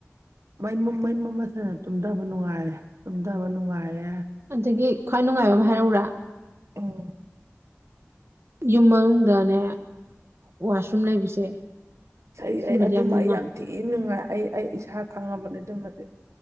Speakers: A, on the right (about 85°); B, on the right (about 60°).
A: ꯃ ꯃꯩ ꯃꯣꯝ ꯑꯁꯤꯅ ꯇꯨꯝꯊꯕ ꯅꯨꯡꯉꯥꯏꯔꯦ ꯇꯨꯝꯊꯕ ꯅꯨꯡꯉꯥꯏꯔꯦ
B: ꯑꯗꯒꯤ ꯈ꯭ꯋꯥꯏ ꯅꯨꯡꯉꯥꯏꯕ ꯑꯃ ꯍꯥꯏꯔꯛꯎꯔꯥ
A: ꯑꯥꯝ
B: ꯌꯨꯝ ꯃꯅꯨꯡꯗꯅꯦ ꯋꯥꯁꯔꯨꯝ ꯂꯩꯕꯁꯦ
A: ꯑꯩ
B: ꯁꯤꯃꯗꯤ
A: ꯑꯩ ꯑꯗꯨꯃ
B: ꯅꯨꯡꯉꯥꯏ
A: ꯑꯩ ꯌꯥꯝ ꯊꯤꯅ ꯅꯨꯡꯉꯥꯏ ꯑꯩ ꯑꯩ ꯏꯁꯥ ꯈꯪꯉꯕꯅꯦ ꯑꯗꯨꯃꯗꯤ